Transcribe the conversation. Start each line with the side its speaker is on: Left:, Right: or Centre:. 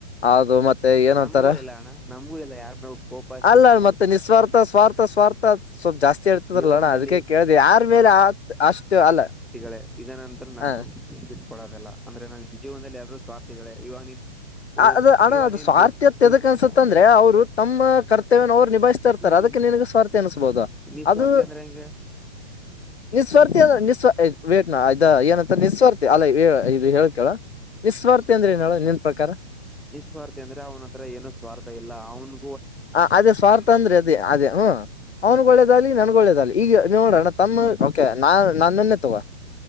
Left: ಹೌದು ಮತ್ತೆ ಏನ್ಂತಾರೆ
Centre: ನಮಗೂ ಇಲ್ಲ ಅಣ್ಣ ನಮಗೂ ಇಲ್ಲ ಯಾರ ಮೇಲ್ ಕೋಪಾಸ
Left: ಅಲ್ಲ
Centre: ಇತ್ತು
Left: ಮತ್ತೆ ನಿಸ್ವಾರ್ಥ ಸ್ವಾರ್ಥ ಸ್ವಾರ್ಥ ಸ್ವಲ್ಪ ಜಾಸ್ತಿ ಆರ್ತದಲ್ಲಣ
Centre: ಜೀವನದಲ್ಲಿ
Left: ಅದಕ್ಕೆ ಕೇಳ್ದ ಯಾರ ಮೇಲೆ ಅಷ್ಟ ಅಲ್ಲ
Centre: ಗಳೇ ಇದ ನಂತರ
Left: ಹ.
Centre: ನಾನು ಇಟ್ಟಟ್ಕೊಡೋದಲ್ಲ ಅಂದ್ರೆ ನನ್ ಬಿಜಯವಂದದಲ್ಲಿ ಯಾರೂ ಸ್ವಾರ್ಥಿಗಳೇ ಇವಾಗ ನೀನ್ ಓ
Left: ಅದ ಅಣ್ಣ
Centre: ಇವಾಗ
Left: ಅದು
Centre: ನೀನ್
Left: ಸ್ವಾರ್ಥ
Centre: ದುಡ್
Left: ತದಕ್
Centre: ದುಡ್
Left: ಅನ್ಸತ್ತ ಅಂದ್ರೆ ಅವರು ತಮ್ಮ ಕರ್ತವ್ಯನ ಅವ್ರು ನಿಭಾಯ್ ತರ್ತಾರೆ
Centre: ಹ್ಮ್
Left: ಅದಕ್ಕೆ ನಿನಗೆ ಸ್ವಾರ್ಥಿ ಅನಿಸಬಹದು
Centre: ನಿಸ್ವಾರ್ಥಿ
Left: ಅದು
Centre: ಅಂದ್ರೆ ಹೆಂಗೆ
Left: ನಿಿಸ್ವಾರ್ಥಿಿಸ್ವ ವೇಟ್ ಇದ ಏನಂತ ನಿಸ್ವಾರ್ಥಿ ಅಲ್ಲ ಇದು ಹೇಳ್ಕಳ ವಿಸ್ವಾರ್ಥ ಅಂದ್ರೆ ನೋಳ ನಿನ್ ಪ್ರಕಾರ
Centre: ನಿಿಸ್ವಾರ್ಥಿ ಅಂದ್ರೆ ಅವನ ಹತ್ರ ಏನು ಸ್ವಾರ್ಥ ಇಲ್ಲ ಅವನು
Left: ಹ ಅದೇ ಸ್ವಾರ್ಥ ಅಂದ್ರೆ ಅದೇ ಅದೇ ಹ್ಮ
Centre: ಹ್ಮ್
Left: ಅವನ್ ನನ್ಗ ಒಳ್ಳದಲಿ ಈಗ ನೋಡೋಣ್ಣ ತಮ್ಮ ಕೆಾ ನಾನ್ ನ್ನೆ ತಗ